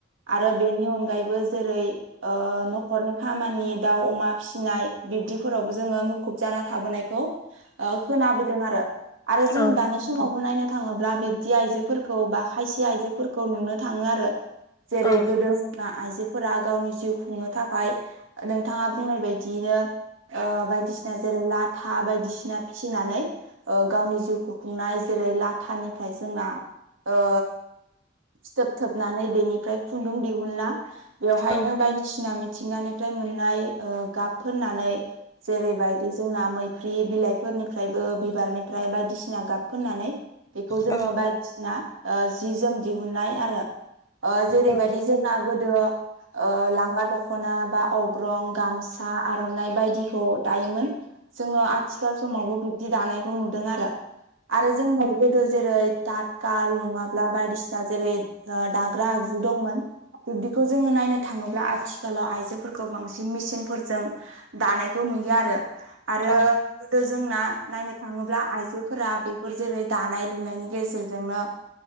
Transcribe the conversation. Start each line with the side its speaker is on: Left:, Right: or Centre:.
Right: आरो बेनि अनगायैबो जेरै ओ न'खरनि खामानि दाउ अमा फिसिनाय बिब्दिफोरावबो जोङो मुखुब जाना थाबोनायखौ खोनाबोदों आरो आरो जों
Left: औ
Right: दानि समावबो नायनो थाङोब्ला बिब्दि आइजोफोरखौ बा खायसे आइजोफोरखौ नुनो थाङो आरो जेरै
Left: औ
Right: गोदो जोंना आइजोफोरा गावनि जिउ खुंनो थाखाय नोंथाङा बुंनाय बायदियैनो बायदिसिना जेरै लाथ था बायदिसिना फिसिनानै गावनि जिउखौ खुंनाय जेरै लाथानिफ्राय जोंना ओ फिथोब थोबनानै बेनिफ्राय खुन्दुं दिहुनना बेवहायनो
Left: औ
Right: बायदिसिना मिथिंगानिफ्राय मोननाय गाब फुननानै जेरैबायदि जोंना मै फ्रि बिलाइफोरनिफ्रायबो बिबारनिफ्राय बायदिसिना गाब फोननानै बेखौ जोङो
Left: औ
Right: बायदिसिना जि जोम दिहुननाय आरो जेरैबायदि
Left: औ
Right: जोंना गोदो लांगा दख'ना बा अग्रं गामसा आर'नाइ बायदिखौ दायोमोन जोङो आथिखाल समावबो बिब्दि दानायखौ नुदों आरो आरो जोङो गोदो जेरै तातखाल नङाब्ला बायदिसिना जेरै दाग्रा आगजु दंमोन बिदिखौ जोङो नायनो थाङोब्ला आथिखालाव आइजोफोरखौ बांसिन मेसिनफोरजों दानायखौ नुयो आरो आरो
Left: औ
Right: गोदो जोंना नायनो थाङोब्ला आइजोफोरा बेफोर जेरै दानाय लुनायनि गेजेरजोंनो